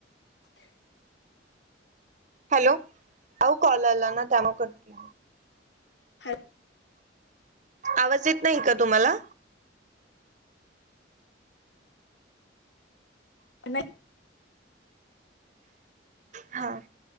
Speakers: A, on the left (about 65°); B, on the right (about 40°).
A: <inaudible>
B: Hello. आहो call आला ना त्यामुळे करती.
A: हा
B: आवाज येत नाही का तुम्हाला?
A: नाही.
B: हा